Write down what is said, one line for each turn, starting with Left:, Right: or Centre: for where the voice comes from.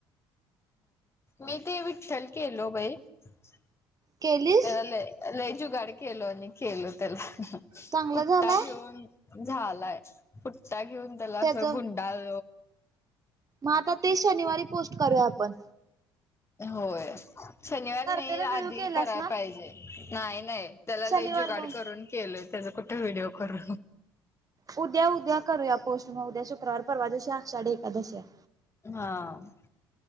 Left: मी ते विठ्ठल केलो बाई त्याला.
Right: केलीस
Left: ल <inaudible> जुगाड केल आणि केल त्याला
Right: चांगलं
Left: पुट्टा
Right: झालाय
Left: घेऊन. झालाय फुट्टा घेऊन त्याला
Right: त्याच
Left: असं गुंडाल.
Right: मग आता ते शनिवारी पोस्ट करूया आपण.
Left: होय शनिवार
Right: कर्तेला
Left: नाही
Right: व्हिडिओ
Left: आधी
Right: केलास
Left: करायला
Right: ना
Left: पाहिजे नाही नाही. त्याला
Right: शनिवार
Left: लले <inaudible> जुगाड
Right: म्हणून.
Left: करून केलंय त्याचा कुठे व्हिडिओ करू.
Right: उद्या उद्या करूया पोस्ट मग उद्या शुक्रवार परवा आषाढी एकादशी आहे.
Left: हा <inaudible>